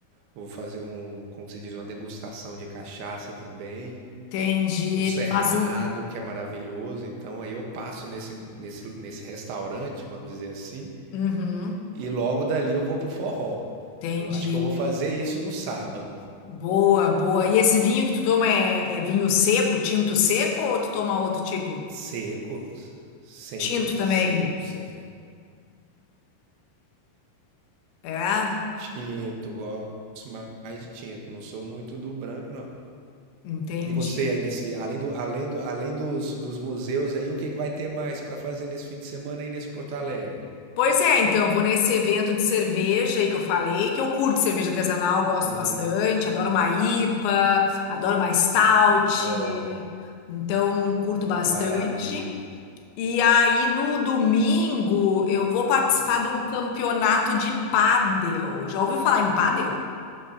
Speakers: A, on the right; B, on the left.
A: vou fazer um, como que se diz, uma degustação de cachaça também
B: Entendi.
A: do Cerrado,
B: Mas o.
A: que é maravilhoso. Então aí eu passo nesse, nesse, nesse restaurante, vamos dizer assim,
B: Uhum.
A: e logo dali eu vou pro forró.
B: Entendi.
A: Eu acho que eu vou fazer isso no sábado.
B: Boa, boa. E esse vinho que tu toma é, é vinho seco, tinto seco, ou tu toma outro tipo?
A: Seco, sempre,
B: Tinto também.
A: seco, sempre.
B: É?
A: Tinto, gosto mais de tinto, não sou muito do branco, não.
B: Entendi.
A: E você aí nesse, além do, além do, além dos, dos museus aí, o que, que vai ter mais para fazer nesse fim de semana aí nesse Porto Alegre?
B: Pois é, então, vou nesse evento de cerveja aí que eu falei, que eu curto cerveja artesanal, gosto
A: Uhum.
B: bastante, adoro uma IPA, adoro uma stout,
A: Ó,
B: então curto bastante.
A: maravilha.
B: E aí no domingo eu vou participar de um campeonato de pádel. Já ouviu falar em pádel?